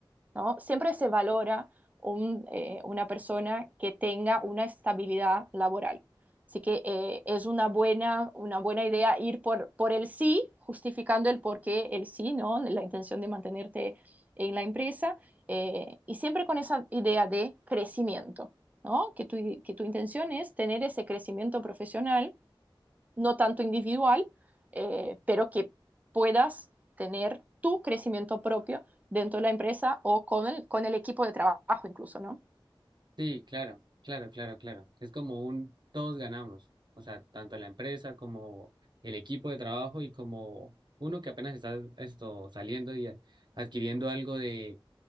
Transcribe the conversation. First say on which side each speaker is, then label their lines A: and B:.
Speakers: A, on the right; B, on the right.
A: ¿no? Siempre se valora un, eh, una persona que tenga una estabilidad laboral. Así que eh, es una buena, una buena idea ir por, por el sí, justificando el por qué el sí, ¿no? La intención de mantenerte en la empresa eh, y siempre con esa idea de crecimiento, ¿no? Que tu, que tu intención es tener ese crecimiento profesional no tanto individual, eh, pero que puedas tener tu crecimiento propio dentro de la empresa o con el, con el equipo de trabajo incluso, ¿no?
B: Sí, claro, claro, claro, claro. Es como un todos ganamos, o sea, tanto la empresa como el equipo de trabajo y como uno que apenas está esto saliendo y adquiriendo algo de,